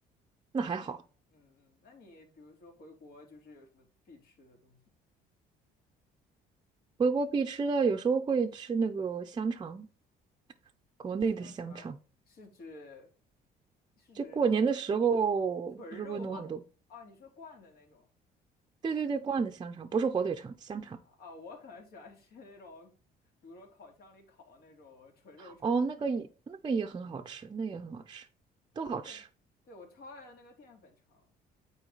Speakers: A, on the right; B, on the left.
A: 那还好。
B: 那你，嗯嗯，那你比如说回国就是有什么必吃的东西吗？
A: 回国必吃的，有时候会吃那个香肠，国内的香肠。
B: 香肠是指是指那种
A: 就过年的时候，
B: 纯肉哦哦，
A: 不是会弄很多？
B: 你说灌的那种
A: 对对对，灌的香肠，不是火腿肠，香肠。
B: 啊啊，我可能喜欢吃那种，比如说烤箱里烤的那种纯肉肠什么的。
A: 哦，那个也那个也很好吃，那也很好吃，都好吃。
B: 对对，我超爱那个淀粉肠，